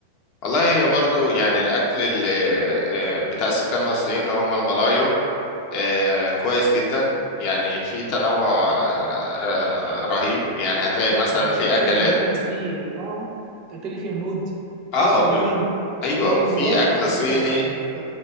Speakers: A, on the left; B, on the right.
A: والله هي برضو يعني الاكل اللي آه، بتاع السكان الاصليين اللي هم الملايو آه، كويس جدا يعني في تنوع آه، آه، رهيب يعني هتلاقي
B: لا
A: مثلا
B: ده انت
A: في
B: قلت
A: اكلات
B: لي كمان اللي فيه اه انت قلت لي فيه هنود
A: اه
B: في صينيين
A: وال... ايوه
B: في
A: وفي
B: ملايق
A: اكل
B: يعني
A: صيني
B: انت انت